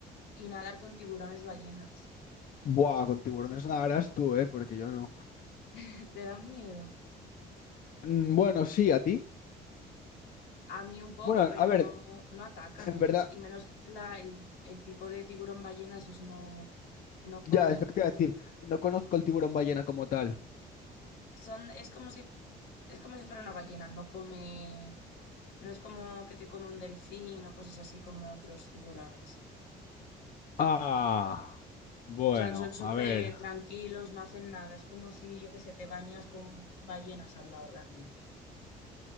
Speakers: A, on the left; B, on the left.
A: y nadar con tiburones ballenas.
B: Buah, con tiburones nadarás tú, ¿eh? Porque yo no.
A: <laughs> ¿Te dan miedo?
B: Mm, Bueno, sí, a ti.
A: A mí un poco,
B: Bueno,
A: pero
B: a ver,
A: no, no atacan
B: en
A: ellos.
B: verdad,
A: Y menos la, el, el tipo de tiburón ballena, esos no, no comen.
B: ya es lo que te iba a decir. No conozco el tiburón ballena como tal.
A: Son, es como si, es como si fuera una ballena, no come, no es como que te come un delfín o cosas así como otros tiburones.
B: Ah, bueno,
A: O sea, son súper
B: a ver.
A: tranquilos, no hacen nada. Es como si, yo que sé, te bañas con ballenas al lado realmente.